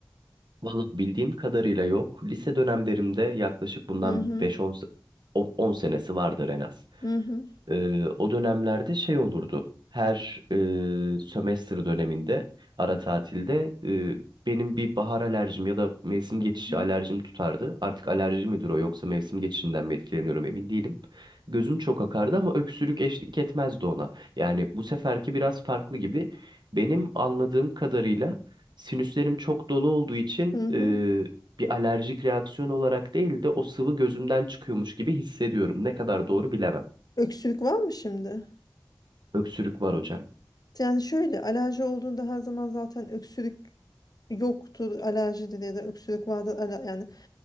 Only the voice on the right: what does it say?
Vallahi bildiğim kadarıyla yok. Lise dönemlerimde yaklaşık bundan
beş on se- o- 10 senesi vardır en az.
Ee, o dönemlerde şey olurdu. Her e, sömestr döneminde ara tatilde e, benim bir bahar alerjim ya da mevsim
geçişi
alerjim tutardı. Artık alerji midir o yoksa mevsim geçişinden mi etkileniyorum emin değilim. Gözüm çok akardı ama öksürük eşlik etmezdi ona. Yani bu seferki biraz farklı gibi. Benim anladığım kadarıyla sinüslerim çok dolu olduğu için
e, bir alerjik reaksiyon olarak değil de o sıvı gözümden çıkıyormuş gibi hissediyorum. Ne kadar doğru bilemem.
Öksürük var hocam.